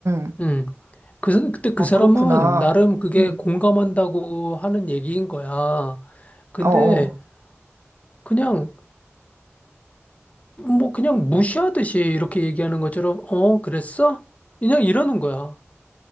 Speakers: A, on the right; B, on the left.
A: 응.
B: 음. 그, 사- 그때 그
A: 아,
B: 사람은
A: 그렇구나.
B: 나름 그게
A: 음.
B: 공감한다고 하는 얘기인 거야. 근데
A: 어어.
B: 그냥, 뭐 그냥 무시하듯이 이렇게 얘기하는 것처럼, 어, 그랬어? 그냥 이러는 거야.